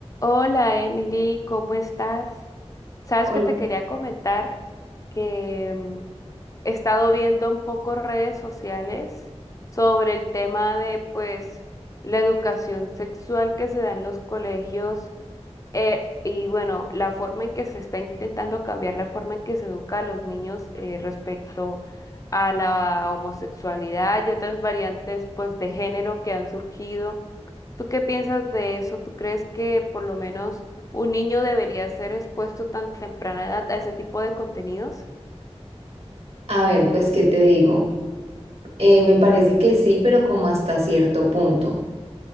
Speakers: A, on the left; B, on the right.
A: Hola Emily, ¿cómo estás? Sabes
B: Hola.
A: que te quería comentar que mm, he estado viendo un poco redes sociales sobre el tema de pues la educación sexual que se da en los colegios eh, y bueno, la forma en que se está intentando cambiar la forma en que se educa a los niños eh, respecto a la homosexualidad y otras variantes pues de género que han surgido. ¿Tú qué piensas de eso? ¿Tú crees que por lo menos un niño debería ser expuesto tan temprana edad a ese tipo de contenidos?
B: A ver, pues, ¿qué te digo? Eh, me parece que sí, pero como hasta cierto punto.